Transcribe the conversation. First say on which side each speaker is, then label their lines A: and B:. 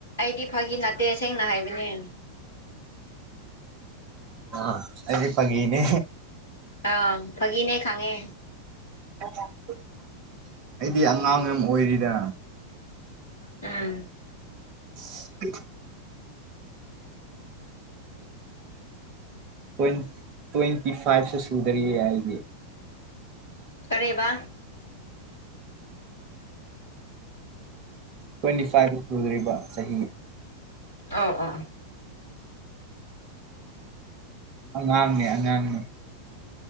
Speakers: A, on the left (about 70°); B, on the right (about 40°).
A: ꯑꯩꯗꯤ ꯐꯥꯒꯤ ꯅꯠꯇꯦ ꯁꯦꯡꯅ ꯍꯥꯏꯕꯅꯦ
B: ꯑꯥ ꯑꯩꯗꯤ ꯐꯥꯒꯤꯅꯦ
A: ꯑꯪ ꯐꯥꯒꯤꯅꯦ ꯈꯪꯉꯦ
B: <inaudible> ꯑꯩꯗꯤ ꯑꯉꯥꯡ ꯌꯥꯝ ꯑꯣꯏꯔꯤꯗ
A: ꯎꯝ
B: <inaudible> ꯇ꯭ꯋꯦꯟ ꯇ꯭ꯋꯦꯟꯇꯤ ꯐꯥꯏꯚꯁꯨ ꯁꯨꯗꯔꯤꯌꯦ ꯑꯩꯗꯤ
A: ꯀꯥꯔꯦꯕ
B: ꯇ꯭ꯋꯦꯟꯇꯤ ꯐꯥꯏꯚ ꯁꯨꯗ꯭ꯔꯤꯕ ꯆꯍꯤ
A: ꯑꯧ ꯑꯥ
B: ꯑꯉꯥꯡꯅꯦ ꯑꯉꯥꯡ